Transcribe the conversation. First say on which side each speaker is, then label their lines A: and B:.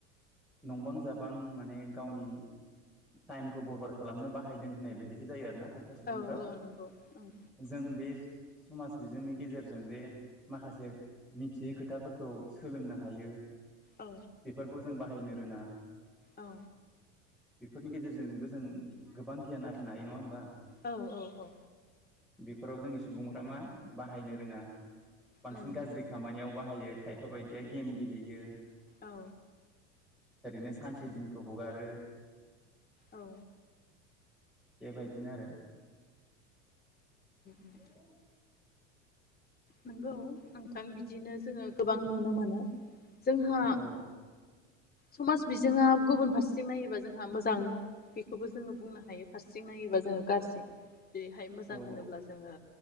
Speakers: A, in the centre; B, on the left.
A: नंबां जाबां माने गावनि टाइमखौ बरबार खालामनो बाहायदों होननाय बायदिसो जायो आरो ना खायफा सुबुंफ्रा
B: औ औ नंगौ ओं
A: जों बे समाज बिजोंनि गेजेरजों जे माखासे मिथियै खोथाफोरखौ सोलोंनो हायो
B: औ
A: बेफोरखौ जों बाह बाहायनो रोङा
B: औ।
A: बेफोरनि गेजेर गेजेरजोंबो जों गोबां गियान आरजि हायो नङा होमबा
B: औ औ औ।
A: बेफोराव जोंनि सुबुंफ्रा मा बाहायनो रोङा। बांसिन
B: उम
A: गाज्रि खामानियाव। बाहायो खायफा बायदिया गेम गेलेयो।
B: औ।
A: ओरैनो सानसे दिनखौ हगारो।
B: औ।
A: बेबायदिनो आरो।
B: उम
A: <unintelligible>
B: नंगौ नोंथां बिदिनो जोङो गोबां नुनो मोनो। जोंहा।
A: औ
B: समाज बिजोङा गुबुन फारसेथिं नायोबा जोंहा मोजां बेखौबो जोङो बुंनो। हायो फारसेथिं नायोबा जोङो गाज्रि जेरैहाय मोजां
A: औ
B: होनोब्ला जोङो।